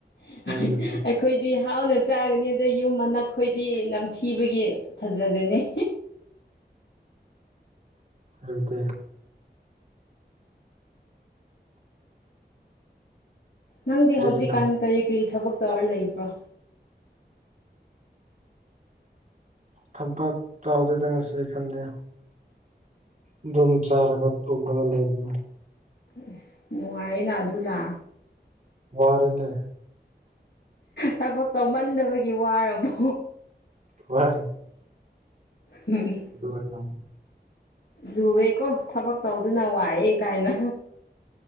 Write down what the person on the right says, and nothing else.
ꯅꯣꯏꯒꯤꯗꯤ
ꯍꯥꯏꯕꯗꯤ
ꯀꯔꯤꯒꯤꯅꯣ
ꯊꯝꯄꯥꯛ ꯆꯥꯎꯗꯦꯗ ꯉꯁꯤ ꯉꯁꯤ ꯈꯟꯗꯦ ꯑꯗꯨꯝ ꯆꯥꯔꯒ ꯇꯨꯝꯃꯒ ꯂꯩꯕꯅꯦ
ꯃꯥꯔꯅꯤ
ꯍ
ꯑꯗꯨꯝ